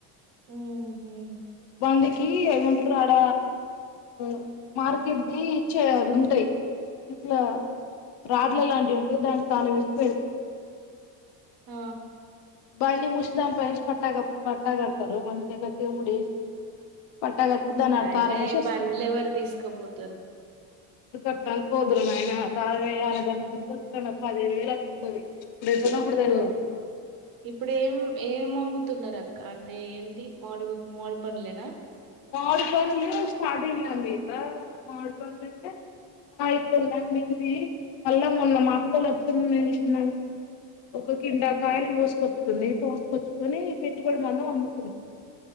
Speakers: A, on the right; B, on the left.
A: ఉమ్ హు
B: బండికి ఏమంటారు ఆడ ఉమ్ మార్కెట్దిి ఇచ్చేది ఉంటాయి ఇట్లా రాడ్ల లాంటివి ఉంటాయి దానికి తాళం ఇసి పెడుతుంది
A: ఆ
B: బండి మూసి దానిపై ఏస్ పట్టాగా పట్టాగడతారు మంచిగా గట్టిగా ముడేసి పట్టాగట్టి
A: హ్మ్.
B: దాని ఆడ
A: అయినా
B: తాళంమేసి
A: ఈ
B: వస్తారు
A: బండ్లెవరు దీసుకపోతరు.
B: ఎందుకట్టా అనుకోదు రా నాయన తాళం ఏయ్యాల దానికి <unintelligible> పది వేలు అంటుంది ఇప్పుడేటన్నా కూడా ఉమ్ ఆ
A: ఇప్పుడు ఏం ఏం అమ్ముతున్నారు అక్క అంటే ఏంటి మామిడి ఒక మామిడి పండ్లేనా
B: మామిడి పండ్లు స్టార్టింగ్ లో ఉంది కదా మామిడి పండ్లంటే అంటే మా అక్క నమ్మింది మళ్ళా మొన్న మా అక్కలు వచ్చ నేనెంచేసిన అంటే ఒక కిండాకాయలు కోసుకొచ్చుకుంది కోసుకొచ్చుకొని పెట్టుబడి మనం అమ్ముకుంది.